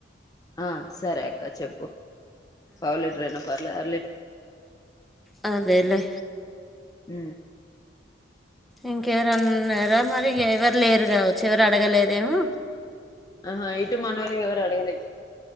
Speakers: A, on the left (about 20°); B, in the centre.
A: ఆ సరే అక్క చెప్పు పావు లీటర్ అయినా పర్లేదు అర
B: ఆ అదేలే
A: ఊ
B: ఇంకెవరనున్నారా మరి ఎవరు లేరు కావచ్చు ఎవరు అడగలేదేమో
A: ఆహా ఇటు మనోళ్ళకి ఎవరు అడగలే